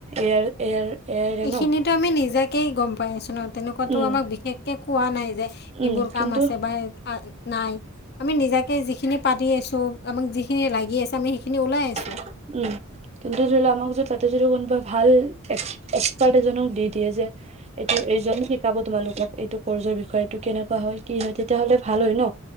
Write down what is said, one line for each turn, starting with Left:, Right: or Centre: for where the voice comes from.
Right: এয়াৰ এয়াৰ এয়াৰে
Left: এইখিনিতো
Right: ন
Left: আমি নিজাকে গম পাই আছো ন। তেনেকুৱাতো
Right: উম
Left: আমাক বিশেষকে পোৱা নাই। যে
Right: উম
Left: এইবোৰ কাম
Right: কিন্তু
Left: আছে বা নাই। আমি নিজাকে যিখিনি পাতি আছো আমাক যিখিনি লাগি আছে আমি সেইখিনি
Right: <unintelligible>
Left: ওলাই আছোঁ
Right: উম কিন্তু ধৰি লও আমাক য ততে যদি কোনোবাই ভাল্ এক্সপাৰ্ট এজনক দি দিয়ে যে, এইটো এইজন শিকাব তোমালোকক এইটো কৰ্চৰ বিষয়ে এইটো কেনেকুৱা হয় কি নহয় তেতিয়াাহলে ভাল হয় ন?